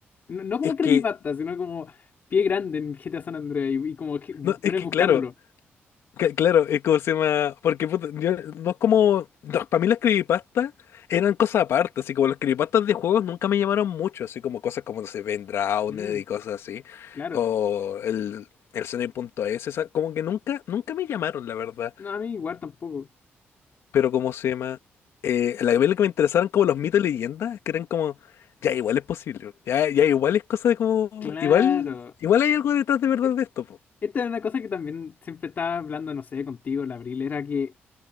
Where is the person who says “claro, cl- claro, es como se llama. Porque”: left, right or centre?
Left